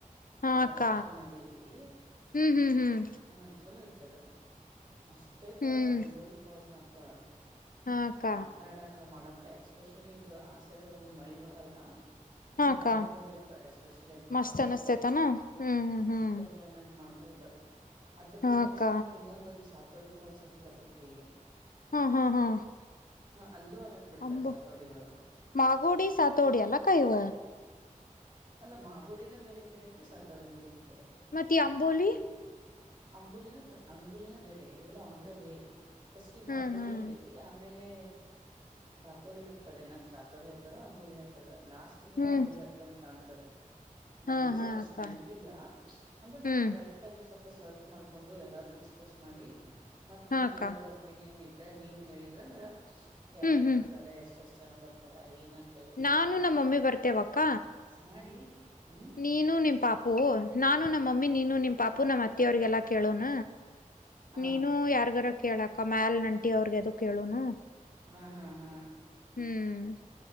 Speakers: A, on the left; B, on the right.
A: ಹಾ
B: ಗಾಡ್
A: ಅಕ್ಕ
B: ಸಕ್ಸಶನಗೈತಿ.
A: ಹ್ಮ್ ಹ್ಮ್ ಹ್ಮ್.
B: ಹ ಚಲೋ ಐತದ ಮಸ್ತ್ ಐತ
A: ಹ್ಮ್
B: ಅಂಬೋಲಿ ಫಾಲ್ಸ್ ಮಾತ್ರ.
A: ಹಾ ಅಕ್ಕ
B: ಆಟಡಕ ಮಾಡಕ ಎಸ್ಪೆಷಲಿ ಇದು ಆಸೈಡು ಮಳಿ ಬಾಳಲ್ಲ.
A: ಹಾ
B: ಈ
A: ಅಕ್ಕ
B: ಟೈಮಿಗ್ ಹೋಬೆಕ ಎಸ್ಪೆಷಲಿ ಬಳ್
A: ಮಸ್ತ್
B: ಮಸ್ತ್ತ್
A: ಅನಸ್ತೇತಾನ ಹ್ಮ್ ಹ್ಮ್
B: ಮಸ್ತ್
A: ಹ್ಮ್
B: ಎಂಜಾಯ್ಮೆಂಟ್. ಮಾಡ್ಬೊದ ಅದ್ರದ್ದು
A: ಹಾ
B: ನೆಕ್ಸ್ಟ್
A: ಅಕ್ಕ
B: ಇನ್ನೊಂದದು ಸತೋಡಿ ಫಾಲ್ಸ್ ಅಂತ ಬರ್ತೈತಿ.
A: ಹಾ ಹಾ ಹಾ.
B: ಹಾ ಅಲ್ಲೂ ಆಡಕ್ ಬಿಡ್ತಾರ್
A: ಅಂಬ
B: ಸಾತೋಡಿ ಒಳಗ.
A: ಮಾಗೋಡಿ ಸತೋಡಿ ಅಲ್ಲಕ್ಕ ಇವ.
B: ಅಲ್ಲ ಮಾಗೋಡಿನ ಬೇರೆ ಕಡೆ ಐತಿ ಸತೋಡಿನ ಬೇರೆ ಕಡಿ ಐತಿ.
A: ಮತ್ತೆ ಈ ಅಂಬೋಲಿ.
B: ಅಂಬುಲಿನ ಅಂಬುಲಿನ ಬೇರೆ ಇವೆಲ್ಲ ಆನ್ ದ ವೇ. ಫಸ್ಟಿಗ್
A: ಹ್ಮ್
B: ಮಾಗೋಡಿ
A: ಹ್ಮ್
B: ಹತ್ತೆತಿ ಆಮೇಲೆ ಸಾತೋಡಿ ಹತ್. <unintelligible> ಸಾತೋಡಿ ಹತ್ತದ ಅಂಬುಲಿ ಹತ್ತದ ಲಾಸ್ಟಿಗೆನ
A: ಹ್ಮ್
B: ಅಂಬುಲಿ ಹತ್ತಂಗ್ ಕಾಣ್ತದ. ನನುಗೂ
A: ಹಾ ಹಾ
B: ಸೂಪಸ್ಟ್
A: ಅಕ್ಕ
B: ನೆನ್ಪಿಲ್ಲ ಅಂದ್ರೆ ನಾವ್
A: ಹ್ಮ್
B: ಕರೆಕ್ಟ್. ತಾಗಿ ಸೊಪ ಸರ್ಚ್ ಮಾಡ್ಕೊಂಡು ಎಲ್ಲಾರು ಡಿಸ್ಕಸ್ ಮಾಡಿ ಮತ್
A: ಹಾ
B: ನಿಮ್ದು
A: ಅಕ್ಕ
B: ಏನಾರು. ಒಪಿನಿಯನ್ ಇದ್ರ ನೀವ್ ಹೇಳಿದ್ರಂದ್ರ ಯಾರ್ಯಾರ್
A: ಹ್ಮ್ ಹ್ಮ್
B: ಬರ್ತಾರ ಎಷ್ಟ್ ಎಷ್ಟ್ ಜನ ಬರ್ತಾರ ಏನಂತ ಹೇಳ್.
A: ನಾನು ನಮ್ಮಮ್ಮಿ ಬರ್ತೆೇವಕ್ಕ.
B: ನೋಡಿ ಹ್ಮ್.
A: ನೀನು ನಿಮ್ ಪಾಪು ನಾನು ನಮಮ್ಮಿ ನೀನು ನಿಮ್ ಪಾಪು ನಮ್ಮ್ ಅತ್ತಿ ಅವ್ರಿಗೆಲ್ಲಾ ಕೇಳೋನ.
B: ಹಾ
A: ನೀನು ಯಾರ್ಗಾರ ಕೇಳಕ್ಕ ಮ್ಯಲ್ನಂಟಿ ಅವ್ರಗೆದು ಕೇಳೋನು.
B: ಹಾ ಹಾ ಹಾ
A: ಹ್ಮ್.